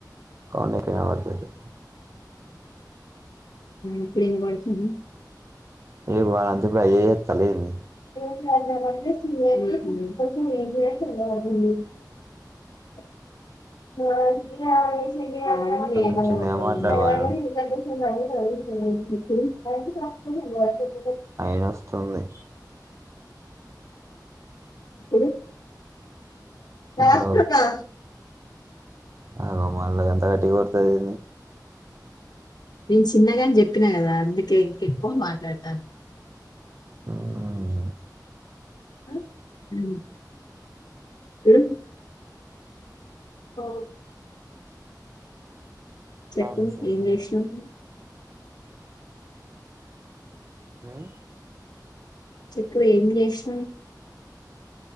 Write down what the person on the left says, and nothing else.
ఇప్పుడు వినపడుతుందా
<unintelligible> ఆ య
ఏదో <unintelligible>
ఇప్పుడు డాక్టర్
కా
నేను చిన్నగా అని చెప్పినా కదా అందుకే ఇంకెక్కువ మాట్లాడతాను
ఆ ఉ ఉమ్ ఓ చెప్పు
ఏం జేస్నావ్
చెప్పు ఏం జేసినవ్